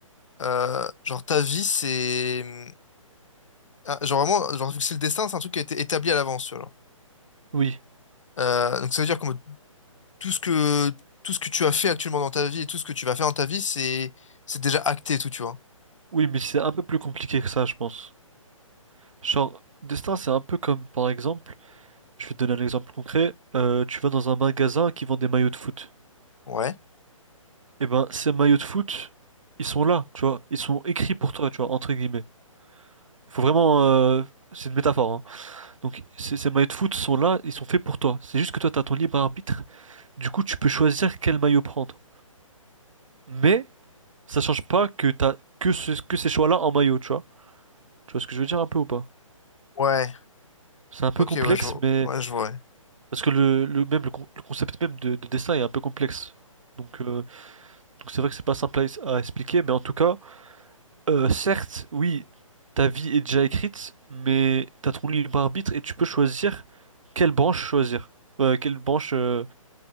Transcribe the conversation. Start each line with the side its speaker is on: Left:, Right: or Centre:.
Left: euh, genre, ta vie, c'est... ah, Genre vraiment, genre, vu que c'est le destin, c'est un truc qui a été établi à l'avance, tu vois. genre.
Right: oui,
Left: Euh, donc ça veut dire que tout ce que, tout ce que tu as fait actuellement dans ta vie et tout ce que tu vas faire dans ta vie, c'est, c'est déjà acté et tout, tu vois.
Right: oui, mais c'est un peu plus compliqué que ça, je pense. Genre destin, c'est un peu comme par exemple, je vais te donner un exemple concret. euh, tu vas dans un magasin qui vend des maillots de foot.
Left: Ouais.
Right: Et ben ces maillots de foot, ils sont là, tu vois, ils sont écrits pour toi, tu vois, entre guillemets. Il faut vraiment, euh, c'est une métaphore, hein. Donc ces, ces maillots de foot sont là, ils sont faits pour toi. C'est juste que toi, tu as ton libre arbitre. Du coup, tu peux choisir quel maillot prendre. Mais ça change pas que t'as que, ce- que ces choix-là en maillot, tu vois. Tu vois ce que je veux dire un peu ou pas?
Left: Ouais.
Right: C'est un peu
Left: Ok,
Right: complexe,
Left: ouais, je vois.
Right: mais
Left: Ouais, je vois. ouais.
Right: parce que le, le même le, con- le concept même de, de dessin est un peu complexe. Donc euh, donc c'est vrai que c'est pas simple à, es- à expliquer, mais en tout cas, euh, certes, oui, ta vie est déjà écrite, mais t'as ton libre arbitre et tu peux choisir quelle branche choisir. Euh, quelle branche. euh,